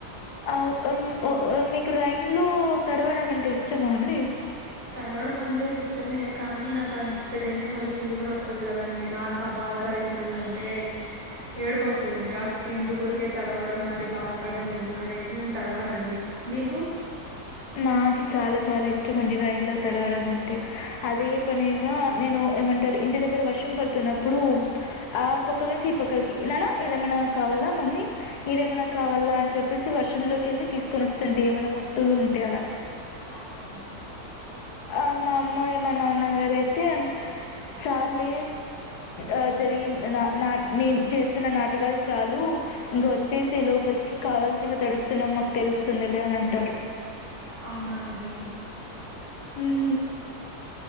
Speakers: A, on the left; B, on the right.
A: అ వున్ ఓ ఓ నిక్ రైన్ లో తడవడం అంటే ఇష్టమా అండి
B: తడవడం అంటే ఇష్టమే కానీ నాకు ఆ నెక్స్ట్ డేనే మళ్ళీ ఫీవర్ వస్తది కదండి. నాకు ఆ బాధ భరించడం కంటే ఏడుపు వస్తుంది ఇంకా ఎందుకూరికే తడవడం మరి బాధపడడం ఎందుకనేసి నేను తడవనండి. మీకు
A: నాకు చాలా చాలా ఇష్టం అండి రైన్ లో తడవడంమంటె అదే పనిగా నేను ఏమంటరు ఇంటి దగ్గర వర్షం పడుతున్నప్పుడు ఆ పొక్కల నుంచి ఈ పక్కలకి నాన్నా ఇదేమన్నా కావాలా మమ్మీ ఇదేమైనా కావాలా అని చెప్ చెప్పేసి వర్షంలోకి వెళ్ళి తీసుకొని వస్తుంటే ఏమైన వస్తువులు ఉం ఇవలా
B: అవును
A: ఆ మా అమ్మా మా నాన్నగారుయితే చాలే ఆ జరిగి నా నా నేను చేస్తున్న నాటకాలు చాలు ఇంక వచ్చేసి లోపలికి కావల్సిన తడుస్తున్నాం మాకు తెలుస్తుందిలే అని అంటారు.
B: అవునాండి
A: హ్మీ